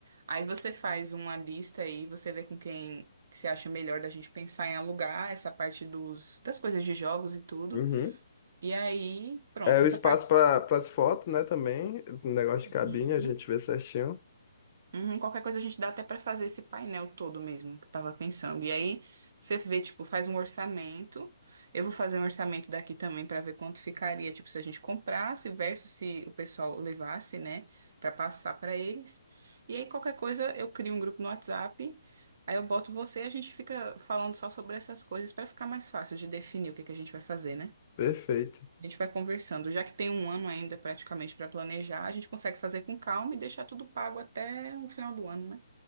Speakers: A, on the right; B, on the left.
A: Aí você faz uma lista aí, você vê com quem que se acha melhor da gente pensar em alugar essa parte dos, das coisas de jogos e tudo.
B: Uhum.
A: E aí, pronto,
B: É o
A: essa
B: espaço
A: parte.
B: para as fotos, né? Também, o negócio de cabine,
A: Uhum.
B: a gente vê certinho.
A: Uhum, qualquer coisa a gente dá até pra fazer esse painel todo mesmo, que eu tava pensando. E aí você vê, tipo, faz um orçamento. Eu vou fazer um orçamento daqui também pra ver quanto ficaria, tipo, se a gente comprasse versus se o pessoal levasse, né, Pra passar pra eles. E aí qualquer coisa eu crio um grupo no WhatsApp. Aí eu boto você e a gente fica falando só sobre essas coisas pra ficar mais fácil de definir o que que a gente vai fazer, né?
B: Perfeito,
A: A gente vai conversando. Já que tem um ano ainda praticamente pra planejar, a gente consegue fazer com calma e deixar tudo pago até o final do ano, né?